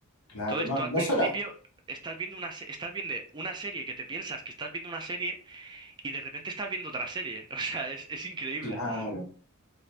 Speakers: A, on the left; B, on the right.
A: Claro,
B: Entonces,
A: no,
B: tú
A: no
B: al principio
A: sola.
B: estás viendo una, se- estás viendo una serie que te piensas que estás viendo una serie y de repente estás viendo otra serie. <laughs> O sea, es, es increíble.
A: Claro.